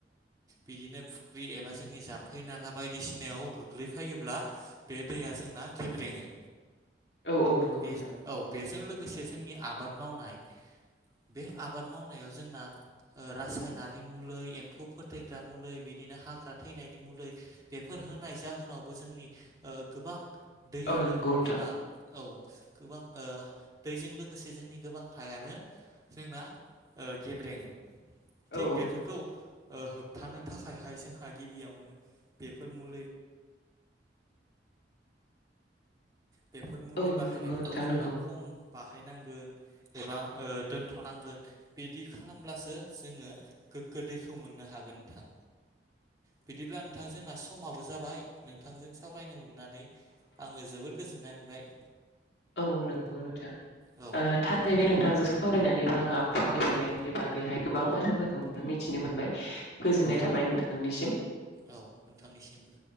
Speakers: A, on the right (about 20°); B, on the left (about 65°).
A: बिदिनो फुख्रि एबा जोंनि जाम्फै नाला बायदिसिनायाव गोग्लैफायोब्ला बे दैया जोंना गेब्रेङो।
B: <inaudible> <unintelligible> औ नंगौ
A: बे
B: नोंथां
A: औ बेजों लोगोसे जोंनि आबाद मावनाय बे आबाद मावनायाव जोंना रासायनारि मुलि एम्फौ फोथैग्रा मुलि बिदि बिदिनो हाग्रा थैनायनि मुलि बेफोर होनाय जाहोनावबो जोंनि गोबां दैयानो
B: औ नंगौ नोंथां
A: एबा औ गोबां ओ दैजों लोगोसे जोंनि गोबां हायानो जोंना ओ गेब्रेङो थिग
B: औ
A: बेफोरखौ ओ होबथानो थाखाय हाइ हाय जोंहा गिबियावनो बेफोर मुलि बेफोर मुलि
B: औ
A: बाहायनायफोरखौ
B: नंगौ नोंथां
A: जोंना
B: नंगौ।
A: खम बाहायनांगोन एबा ओ दोनथ'नांगोन बिदि खालामब्लासो जोङो गोग्गो दैैखौ मोननो हागोन नोंथां। बिदिब्ला नोंथां जोंना समाबो जाबाय नोंथांजों सावरायनो मोननानै आं आङो जोबोर गोजोननाय मोनबाय।
B: औ नंगौ नोंथां
A: औ
B: थारैनो नोंथांजों सावरायनानैबा आङो गेफेंनायनि बागैहाय गोबां बाथ्राफोरखौ मिथिनो मोनबाय। गोजोननाय
A: औ
B: थाबाय नोंथांनिसिम।
A: औ नोंथांनिसिमबो